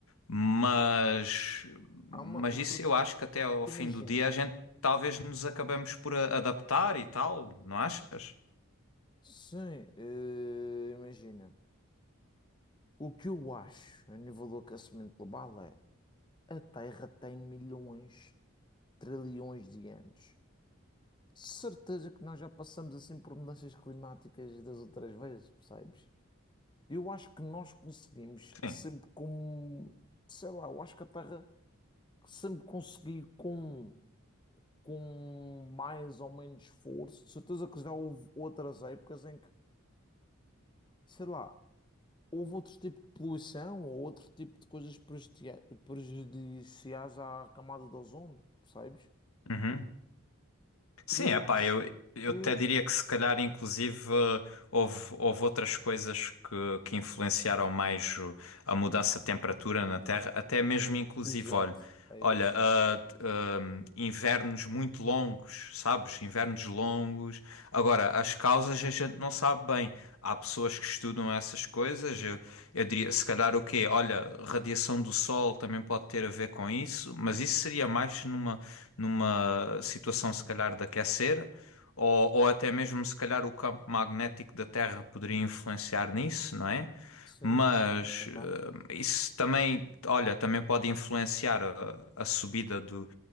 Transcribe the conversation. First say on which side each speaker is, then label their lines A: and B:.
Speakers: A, on the left; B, on the left.
A: Mas, mas
B: Há uma,
A: isso
B: porque
A: eu acho que até ao
B: imagina,
A: fim do dia a gente talvez nos acabemos por a- adaptar e tal, não achas?
B: sim, eh, imagina, o que eu acho a nível do aquecimento global é a Terra tem milhões, trilhões de anos. De certeza que nós já passamos assim por mudanças climáticas das outras vezes, percebes? Eu acho que nós conseguimos
A: Sim.
B: sempre com, sei lá, eu acho que a Terra sempre conseguiu com, com mais ou menos esforço. De certeza que já houve outras épocas em que, sei lá, houve outro tipo de poluição ou outro tipo de coisas prejudicia- prejudiciais à camada de ozono, percebes?
A: Uhum. Sim,
B: Eu
A: é pá,
B: acho
A: eu, eu
B: que,
A: até diria que se calhar inclusive eh, houve, houve outras coisas que, que influenciaram mais o- a mudança de temperatura na Terra, até mesmo inclusive,
B: exato,
A: olha,
B: é
A: olha,
B: isso.
A: ah, ah, invernos muito longos, sabes? Invernos longos. Agora, as causas a gente não sabe bem. Há pessoas que estudam essas coisas. Eu, eu diria, se calhar o quê? Olha, radiação do Sol também pode ter a ver com isso, mas isso seria mais numa numa situação se calhar de aquecer, ou, ou até mesmo se calhar o campo magnético da Terra poderia influenciar nisso, não é?
B: Sim,
A: Mas
B: sim, sim, também.
A: eh, isso também, olha, também pode influenciar a, a subida do,